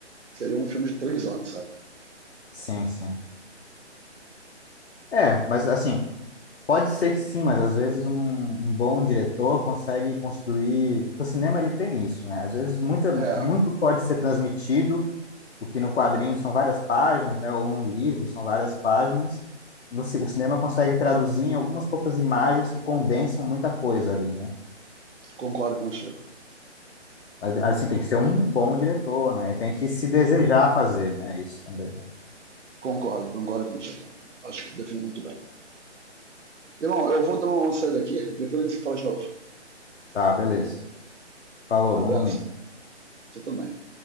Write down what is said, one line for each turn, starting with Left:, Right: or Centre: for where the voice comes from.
Right: seria um filme de três horas, sabe?
Left: Sim, sim. É, mas assim, pode ser que sim, mas às vezes um, um bom diretor consegue construir. Porque o cinema ele tem isso, né? Às vezes muita,
Right: É,
Left: muito pode ser transmitido, o que no quadrinho são várias páginas, né? Ou num livro são várias páginas. No, ci- o cinema consegue traduzir em algumas poucas imagens que condensam muita coisa ali, né?
Right: concordo contigo.
Left: Mas, Assim, tem que ser um bom diretor, né? E tem que se desejar fazer, né? Isso também, né?
Right: Concordo, concordo contigo. Acho que define muito bem. Irmão, eu vou dar uma saída aqui, depois a gente se fala de novo.
Left: Tá, beleza. Falou,
Right: Abraço.
Left: bom domingo.
Right: Você também.